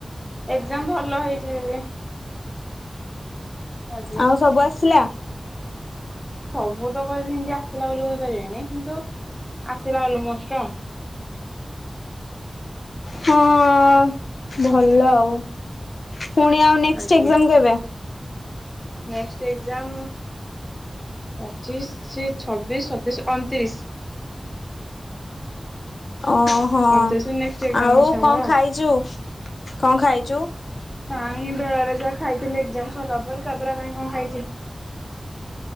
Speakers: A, in the centre; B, on the left (about 80°).
A: ଏକ୍ଜାମ ଭଲ ହେଇଛି ଦିଦି। ଆଜି
B: ଆଉ ସବୁ ଆସିଲା?
A: ସବୁ ତ କହିବି ଏମିତି ଆସିଲା ବୋଲି କହିପାରିବେନି କିନ୍ତୁ ଆସିଲା ଅଲମୋଷ୍ଟ।
B: ହଁ ଭଲ ଆଉ ପୁଣି ଆଉ ନେକ୍ସଟ
A: ଆଜ୍ଞା
B: ଏକ୍ଜାମ କେବେ?
A: ନେକ୍ଟ ଏକ୍ଜାମ ପଚିଶ ଶି ଛବିଶ ସତେଇଶ ଅଣତିରିଶ।
B: ଓହୋ
A: ଅଣତିରିଶ ନେକ୍ସଟ ଏକ୍ଜାମ
B: ଆଉ
A: ଅଛି ଆମର
B: କଣ
A: ଆଉ
B: ଖାଇଚୁ କଣ ଖାଇଚୁ?
A: କାଇହିଁ ବେଳେରେ ଯାହା ଖାଇଥିଲି ଏକ୍ଜାମ ସରିଲା ପରେ ତାପରେ କାଇଁ କଣ ଖାଇଚି।